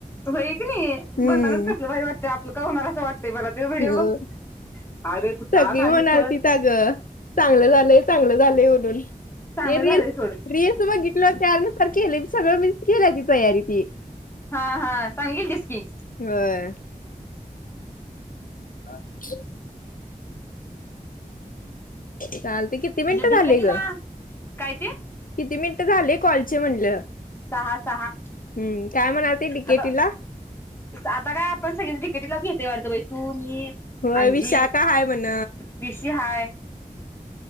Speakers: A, on the left; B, on the left.
A: भई क नाही
B: हम्म
A: बघतानाच कसलं भारी वाटत आपलं का होणार असं वाटतंय मला ते व्हिडिओ
B: हो.
A: बघून हायवे कुता
B: सगळी
A: खालीशवर
B: म्हणालतीत अगं चांगलं झालंय चांगलं झालंय म्हणून
A: चांगलं
B: ते रीलल्स
A: झालंय सोड
B: रीलल्स बघितलं त्यानसारख केलेी सगळं मी केल्या ती तयारी ती
A: हा हा सांगेल कस कि
B: होय अाछ चालते किती
A: म्हणजे
B: मिनिटं
A: डिकेटीला
B: झाले ग
A: काय ते
B: किती मिनिटं झाले कॉलचे म्हणलं
A: सहा सहा
B: हम्म काय म्हणाल ते डिकेटीला
A: आता आता काय आपण सगळच तिकेटीला घेते वाढत बाई तू मी
B: होय
A: आांजी
B: विशाखा हाय म्हण
A: वििषि हाय